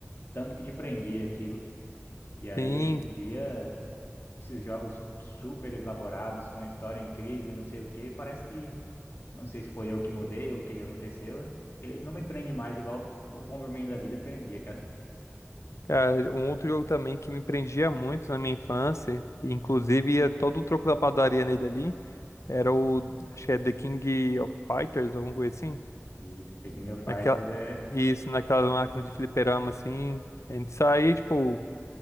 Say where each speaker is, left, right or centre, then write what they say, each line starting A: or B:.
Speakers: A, on the left (about 55°); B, on the left (about 80°).
A: Tanto que te prendia aquilo. E aí,
B: Sim,
A: hoje em dia, esses jogos super elaborados, com uma história incrível e não sei o quê, parece que... Não sei se foi eu que mudei ou o que que aconteceu. Ele não me prende mais igual o Bomberman da vida prendia, cara.
B: cara, um outro jogo também que me prendia muito na minha infância, e inclusive ia todo o troco da padaria nele ali, era o, acho que é The King of Fighters, alguma coisa assim.
A: E esse King of Fighters
B: Naquela,
A: é...
B: isso, naquela máquina de fliperama, assim. A gente saía, tipo,